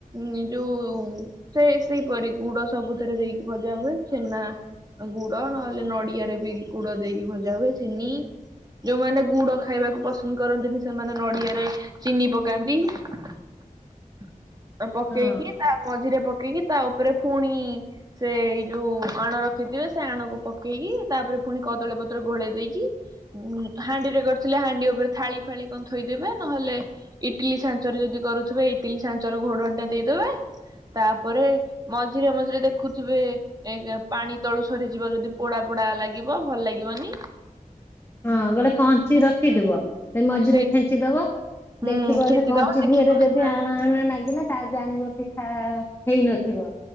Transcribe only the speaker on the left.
ହଁ
ହଁ ଗୋଟେ କଞ୍ଚି ରଖିଥିବ। ସେ ମଝିରେ
ଖେଞ୍ଚିଦବ
ଦେଖିବ
ସେ କଞ୍ଚି
ଦିହରେ ଯଦି
ଆଣ ଆଣ ଲାଗିଲେ ତା ଜାଣିବ ପିଠା ହେଇନଥିବ